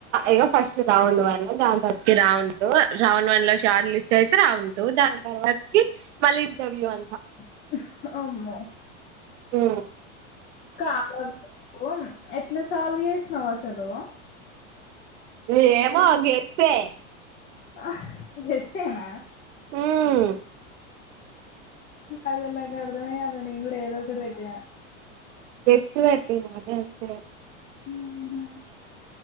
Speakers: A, on the right; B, on the left.
A: ఇక ఫస్ట్ కౌను రౌండ్ వని దాని త ఇరౌంటు రౌండ్ వన్ లో షార్ట్ లిస్ట్ అయితే రావుంటు దాని తర్వాత కి మల్లి ఇంటర్వ్యూ అంట
B: ఉహ్ ఆమ్మో
A: ఉ
B: కాద్రా నువ్వు ఎట్లా సాల్వ్ చేసనవసలు
A: ఏమో గెస్స్హే
B: హ గెస్స్ చేయన
A: హూ
B: అసల్ నాక్ అర్ధమే కాలే నేను కూడా ఏదోఒకటి పెట్టిన
A: గెస్ట్ పెట్టిన అది అంతే
B: మ్ హు